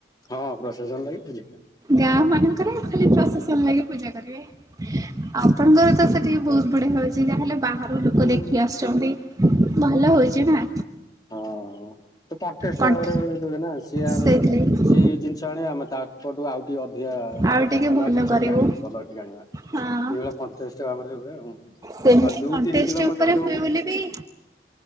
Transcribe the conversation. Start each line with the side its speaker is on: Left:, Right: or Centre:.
Left: ହଁ ପ୍ରସେସନ ଲାଗି ପୂଜା ହଁ
Right: ଗାଁ ମାନଙ୍କରେ ଖାଲି ପ୍ରସେସନ ଲାଗି ପୂଜା କରିବେ। ଆପଣଙ୍କର ତ ସେଠି ବହୁତ ବଢିଆ ଭାବେ ସେଠି ଯାହା ହେଲେ ବାହାରୁ ଲୋକ
Left: ହୁଁ।
Right: ଦେଖି ଆସୁଛନ୍ତି। ଭଲ ହଉଚି ନା।
Left: ହଁ। ତ କଣ୍ଟେଷ୍ଟ
Right: କଣ୍ଠ
Left: ଭାବରେ ହୁଏ ନା, ସିଏ ଆଣିଲେ
Right: ସେଇଥିଲାଗି
Left: ସିଏ ଜିନିଷ ଆଣିବା ଆମେ ତା ତାଙ୍କ ଠୁ ଆଉ ଟିକେ ଅଧିକା
Right: ଆଉ ଟିକେ
Left: ଅଲଗା
Right: ଭଲ
Left: ଜିନିଷ
Right: କରିବୁ।
Left: ଟିକେ ଆଣିକି ଭଲ ଟିକେ ଆଣିବା।
Right: ହଁ
Left: ଏଇଭଳିଆ କଣ୍ଟେଷ୍ଟ ଭାବରେ ହୁଏ ଆଉ।
Right: ସେମିତି
Left: ଦୁଇ
Right: କଣ୍ଟେଷ୍ଟ
Left: ତିନି କିଲୋମିଟର
Right: ଉପରେ
Left: ଯୋଉ
Right: ହୁଏ
Left: ହଉନି
Right: ବୋଲି ବି